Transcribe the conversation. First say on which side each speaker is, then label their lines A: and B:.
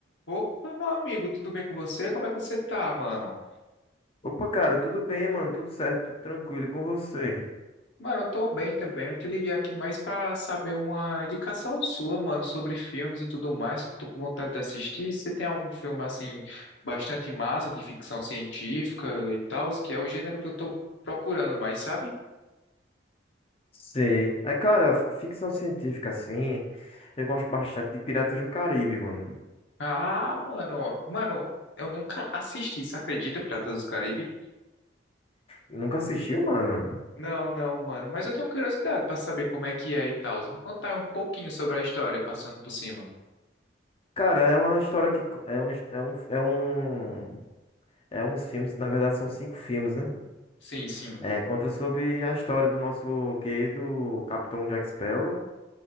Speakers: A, on the left; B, on the left.
A: Opa, meu amigo, tudo bem com você? Como é que você tá, mano?
B: Opa, cara, tudo bem, mano? Tudo certo, tudo tranquilo e com você?
A: Mano, eu tô bem também. Eu te liguei aqui mais pra saber uma indicação sua, mano, sobre filmes e tudo mais. que Eu tô com vontade de assistir. Você tem algum filme, assim, bastante massa, de ficção científica e tal, que é o gênero que eu tô procurando mais, sabe?
B: Sei. É, cara, f- ficção científica, assim, eu gosto bastante de Piratas do Caribe, mano.
A: Ah, mano, mano, eu nunca assisti, você acredita, Piratas dos Caribe?
B: Nunca assistiu, mano?
A: Não, não, mano, mas eu tenho curiosidade pra saber como é que é e tal. Me contar um pouquinho sobre a história, passando por cima.
B: Cara, é uma história que... co- É um... É um... É, um, é uns filmes, na verdade são cinco filmes, né?
A: Sim, sim,
B: É, conta sobre a história do nosso querido Capitão Jack Sparrow.